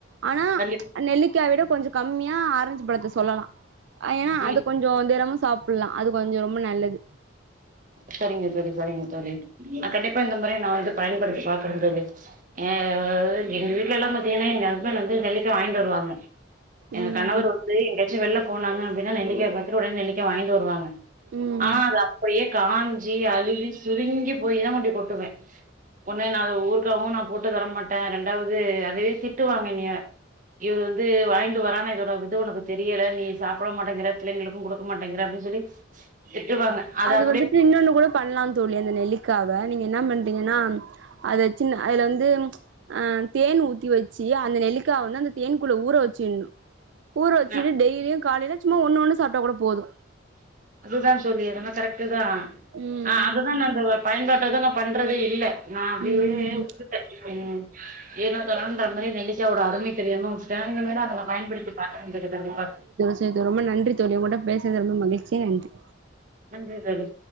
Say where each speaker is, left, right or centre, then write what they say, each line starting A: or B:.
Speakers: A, on the right; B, on the right.
A: ஆனா
B: கண்டிப்பா
A: ச் நெல்லிக்கா விட கொஞ்சோ கம்மியா ஆரஞ்சு பழத்த சொல்லலா ஏனா
B: ம்
A: அது கொஞ் கொஞ்சோ தெனமு சாப்பல்லா அது கொஞ்சோ ரொம்ப நல்லது
B: சரிங்க தோழி சரிங்க தோழி நா கண்டிப்பா இந்த மாரியே நா வந்து பயன்படுத்தி பாக்குற தோழி எ உ எங்க வீட்லல்லா பாத்தீங்கன்னா எங்க ஹஸ்பண்ட்டு வந்து நெல்லிக்கா வாங்கிட்டு வருவாங்க எங்க
A: ம்
B: கணவர் வந்து எங்கயாச்சு வெளில போனாங்க அப்டின்னா நெல்லிக்காவ பாத்துட்டு உடனே நெல்லிக்ஙா வாங்கிட்டு வருவாங்க
A: ம்
B: ஆனா அது அப்படியே காஞ்சி அழுவி சுருங்கி போயி தா கொண்ட்போய் கொட்டுவே ஒன்னு நா அத ஊருக்காவு நா போட்டு தரமாட்டே ரெண்டாவது அதுவே திட்டு வாங்க என்னய இது வந்து வாங்கிட்டு வரான இதோட இது உனக்கு தெரியல நீ சாப்ட மாட்டேங்குற பிள்ளைளுக்கு குடுக் க மாட்டேங்கிற அப்டின்னு சொல்லி திட்டுவாங்க அத
A: அது வந்துட்டு இன்னொன்னு கூட பண்லா தோழி அந்த நெல்லிக்காவ நீங்க என்ன பண்றீங்கனா அது சின்ன அதுல வந்து ச் அ தேன் ஊத்தி வெச்சி அந்த நெல்லிக்கா வந்து அந்த தேன்க்குள்ள ஊற வெச்சிணு ஊற வெச்சுட்டு
B: அ
A: டெய்லியு காலையில சும்மா ஒண்ணு ஒண்ணு சாப்ட்டா கூட போது
B: அதுதா தோழி அதென்னவோ கரெக்டு தா
A: ம்
B: ஆ அதுதா நா அந்த வொர் பயன்பாட்டத நா பண்றதே இல்ல நா அப்டியே
A: ம்
B: ம் ஏனோ தானோனுன்ற மாரி நெல்லிக்காவோட அருமை தெரியாம ஜனங்கலுமேதா அதுல பயன்படுத்தி பாக்கலா தெரியிதா கண்டிப்பா
A: செரி தோழி ரொம்ப நன்றி தோழி உங்கள்ட்ட கூட பேசனது ரொம்ப மகிழ்ச்சி நன்றி
B: நன்றி தோழி